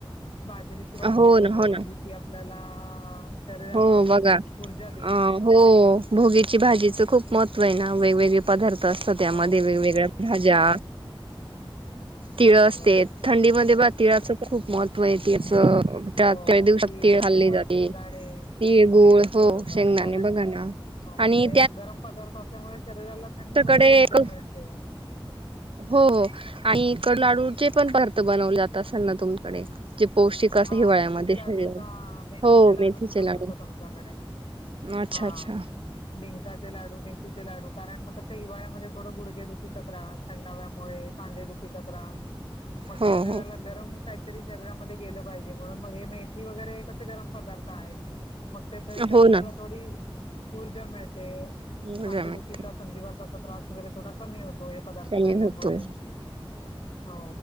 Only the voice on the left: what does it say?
बाजरीची भाकरी
करतो,
जी की आपल्याला शरीराला
ऊर्जा देईल
हो
हो
हो
बरोबर
हो हो
गूळ
शेंगदाणे
बरोबर
कारण
हो,
हे गरम पदार्थ असल्यामुळे शरीराला थंडीमध्ये
ऊर्जा
मिळते
हा
मेथीचे लाडू सुद्धा मेथीचे
लाडू
सुद्धा
करतात आमच्याकडे
हा
डिंकाचे लाडू, मेथीचे लाडू, कारण मग कसं हिवाळ्यामध्ये थोडं गुडघे दुखीचा त्रास. थंडाव्यामुळे, सांदे दुखीचा त्रास, मग
शरीराला
गरम काहीतरी, शरीरामध्ये गेलं पाहिजे, म्हणून मग हे मेथी वगैरे कसे गरम पदार्थ आहेत. मग त्या शरीराला
थोडी ऊर्जा मिळते,
सांदेडुखीचा
संधी वाताचा त्रास, वगैरे थोडा कमी होतो. पदार्थ
खाल्ल्यामुळे,
हो,